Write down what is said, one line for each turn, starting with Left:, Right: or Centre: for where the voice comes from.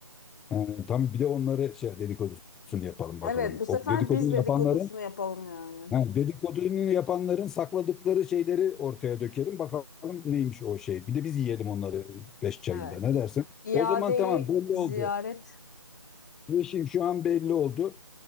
Centre: Ee, Tam bir de onları şey dedikodusunu yapalım bakalım.
Left: Evet, bu sefer
Centre: O dedikodu
Left: biz
Centre: yapanların
Left: dedikodusunu yapalım yani.
Centre: ha, dedikodunu yapanların sakladıkları şeyleri ortaya dökelim. Bakalım neymiş o şey. Bir de biz yiyelim onları beş çayında.
Left: Evet.
Centre: Ne
Left: İ-
Centre: dersin?
Left: İadeyi
Centre: O zaman tamam belli
Left: ziyaret
Centre: oldu. Bu işim şu an belli oldu.